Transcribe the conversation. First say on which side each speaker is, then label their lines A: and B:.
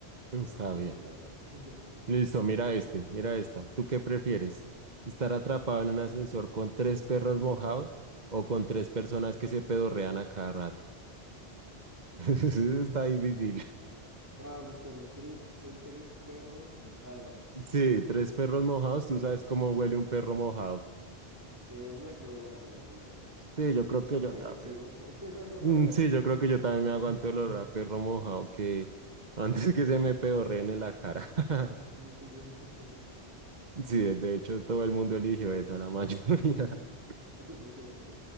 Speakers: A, on the right; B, on the right.
A: Está
B: No, no me gustan
A: bien.
B: tanto. <laughs>
A: Listo, mira este, mira esta. ¿Tú qué prefieres? ¿Estar atrapado en un ascensor con tres perros mojados o con tres personas que se pedorrean a cada rato? <laughs> Eso Está difícil.
B: Sí. No, pues con los tres, son tres perros mojados.
A: Sí, tres perros mojados, tú
B: Sí,
A: sabes cómo
B: sí.
A: huele un perro mojado.
B: Sí, pues no hay problema, no hay problema.
A: Sí, yo
B: Si
A: creo
B: no
A: que
B: son
A: yo
B: agresivos.
A: también.
B: <laughs>
A: Mm, Sí, yo creo que yo también me aguanto el olor a perro mojado que <laughs> antes que se me pedorreen en la cara. <laughs>
B: Sí, sí.
A: Sí, de de hecho todo el mundo eligió esa, la mayoría. <laughs>
B: <laughs> Estuvo